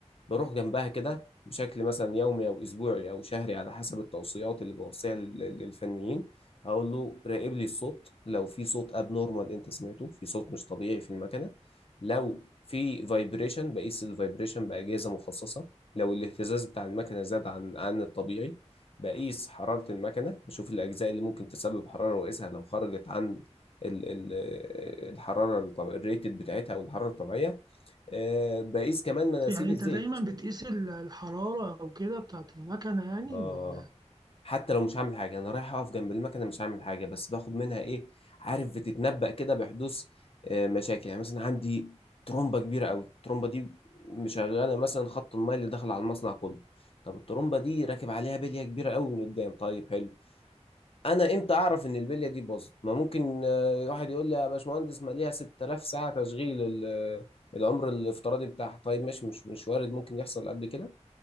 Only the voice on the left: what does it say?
بروح جنبها كده بشكل مثلا يومي او اسبوعي او شهري على حسب التوصيات اللي بوصيها لل- للفنيين هقول له راقب لي الصوت لو في صوت ابنورمال انت سمعته في صوت مش طبيعي في المكنه لو في فايبريشن بقيس الفايبريشن باجهزه مخصصه لو الاهتزاز بتاع المكنه زاد عن عن الطبيعي بقيس حرارة المكنة بشوف الأجزاء اللي ممكن تسبب حرارة وأقيسها لو خرجت عن ال- ال- الحرارة الطب- الريتد بتاعتها أو الحرارة الطبيعية آه، بقيس كمان مناسيب
الزيت
آه
حتى لو مش هعمل حاجة أنا رايح أقف جنب المكنة مش هعمل حاجة بس باخد منها إيه عارف بتتنبأ كده بحدوث آه، مشاكل يعني مثلا عندي ترومبة كبيرة أوي الترومبة دي مشغلة مثلا خط الماء اللي داخل على المصنع كله طب الترومبة دي راكب عليها بلية كبيرة أوي من قدام طيب حلو انا امتى اعرف ان البليه دي باظت ما ممكن آه، واحد يقول لي يا باشمهندس ما ليها 6000 ساعه تشغيل ال- آه، العمر الافتراضي بتاعها طيب ماشي مش مش وارد ممكن يحصل قبل كده